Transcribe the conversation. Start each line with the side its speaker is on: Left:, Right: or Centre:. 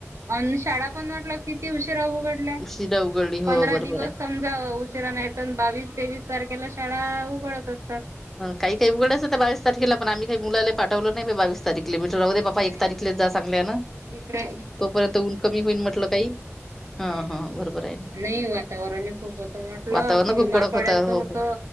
Right: अ शाळा पण वाटल किती उशिरा उघडल्या
Centre: उशिरा उघडली हो
Right: पंधरा
Centre: बरोबर
Right: दिवस
Centre: आहे
Right: समजा बावीस तेवीस तारखेला शाळा उघडत असतात.
Centre: काही काही उघडचं त्या बावीस तारखेला पण आम्ही मुला पाठवलं नाही बावीस तारीख किलोमीटर राहू दे बापा एक
Right: नाही
Centre: तारीखलेच जा चांगला आहे ना
Right: इकडे
Centre: तोपर्यंत ऊन कमी होईन म्हटलं काही हा
Right: हम्
Centre: हा बरोबर
Right: ह
Centre: आहे ना
Right: नाही वातावरणने खूप होत म्हटलं
Centre: वातावरण
Right: कि
Centre: खूप
Right: बिमार
Centre: कडक
Right: पडायचं
Centre: होतं हो
Right: होत.
Centre: हो